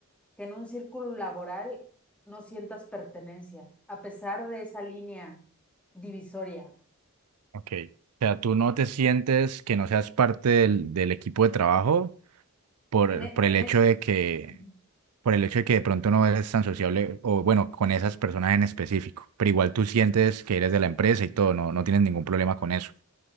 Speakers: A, in the centre; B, on the right.
A: que en un círculo laboral no sientas pertenencia, a pesar de esa línea divisoria.
B: Ok. O sea, ¿tú no te sientes que no seas parte del, del equipo de trabajo por,
A: En, e-
B: por el
A: en
B: hecho
A: e-
B: de que
A: Ujú.
B: por el hecho de que de pronto no eres tan sociable o bueno, con esas personas en específico, pero igual tú sientes que eres de la empresa y todo, no, no tienes ningún problema con eso.